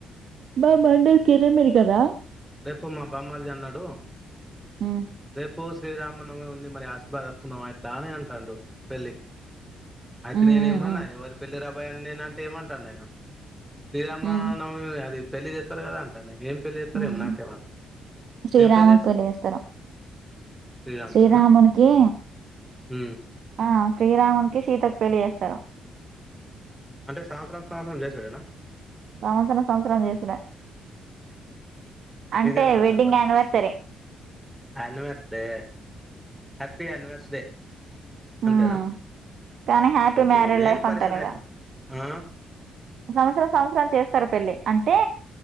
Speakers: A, on the right (about 55°); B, in the centre.
A: బా మండర్ కిరమేరి కదా
B: రేపు మా బామ్మారిది అన్నాడు
A: మ్
B: రేప్ పు శ్రీరామన్నమి ఉంది మరి ఆశీర్వాద వస్తున్నాం అట్లా అని అంటాండు పెళ్ళికి అయితే
A: మ్
B: నేనే ఏమన్నా
A: మ్
B: ఎవరి పెళ్ళి రా ఒకవేళ నేను అంటే ఏమంటాడు ఆయన శ్రీరామనవమి
A: మ్
B: అది పెళ్లి చేస్తారు కాదా అంటా ఏం పెళ్లి చేస్తారేమో
A: ఉమ్
B: నాకేమో
A: శ్రీరామునికి
B: ఏం పెళ్లి
A: పెళ్ళి చేస్తారు
B: శ్రీరామునిదా
A: శ్రీరామునికి
B: ఉమ్,
A: ఆ శ్రీరామునికిి సీతకు పెళ్లిి చేస్తారు
B: అంటే సంవత్సరం సంవత్సరం చేసుడేనా
A: సంవత్సరం సంవత్సరాం చేసుడే అంటే
B: ఇదేం పెళ్బా
A: wedding anniversary.
B: Anniversary happy anniversary అంతేనా
A: ఉమ్ కానీ హ్యాపీ
B: ఓకే
A: మ్యారేజ్
B: ఓకే. నేను
A: లైఫ్
B: పరిచయం
A: అంటారు ఇగ
B: అయితా ఆ
A: సంవత్సరం సంవత్సరం చేస్తారు పెళ్ళి అంటే